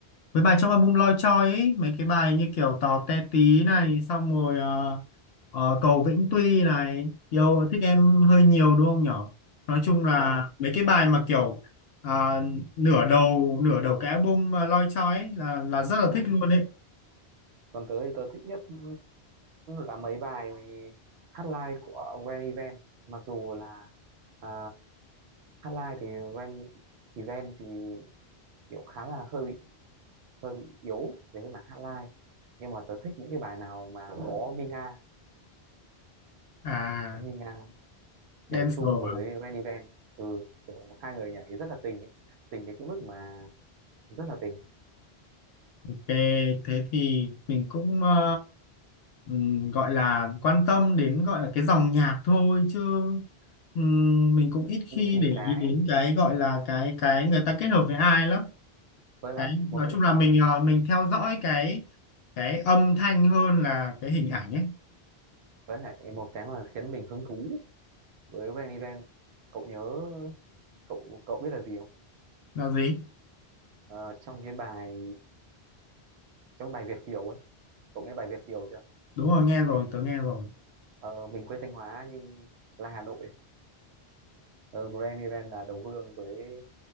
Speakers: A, on the left; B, on the right.
A: với bài trong album Loi Choi ấy mấy cái bài như kiểu Tò Te Tí này xong rồi ờ, ờ, Cầu Vĩnh Tuy này yêu thích em hơi nhiều đúng không nhở nói chung là
B: đúng không?
A: mấy cái bài mà kiểu à, nửa đầu nửa đầu cái album ờ, Loi Choi ấy là là rất là
B: Ừ.
A: thích luôn ấy
B: Còn tớ thì tớ thích nhất ừ, là mấy bài hát live của Grand Event mặc dù là à, hát live thì Grand Event thì kiểu khá là hơi bị hơi bị yếu về cái mảng hát live nhưng mà tớ thích những cái bài nào mà có Minga
A: à
B: có Minga nhảy
A: Dancer
B: chung với
A: à?
B: Grand Event ừ, kiểu hai người nhảy rất là tình ấy. tình đến cái mức mà rất là tình
A: Ok, thế thì mình cũng ờ, ừm, gọi là quan tâm đến gọi là cái dòng nhạc thôi chứ ừm, mình cũng ít
B: thì
A: khi để
B: cái
A: ý đến cái gọi là cái cái người ta kết hợp với ai lắm.
B: với lại
A: Cái
B: một
A: nói
B: cái
A: chung là
B: mà
A: mình
B: mình
A: ờ, mình theo dõi cái cái âm thanh hơn là cái hình ảnh ấy.
B: với lại một cái mà khiến mình hứng thú với Rain Event cậu nhớ cậu cậu biết là gì không
A: Là gì?
B: Ờ, trong cái bài trong bài Việt Kiều ấy cậu nghe bài Việt Kiều chưa
A: Đúng rồi, nghe rồi, tớ nghe rồi.
B: Ờ, mình quê Thanh Hóa nhưng là Hà Nội Ờ, Grand Event là đồng hương với,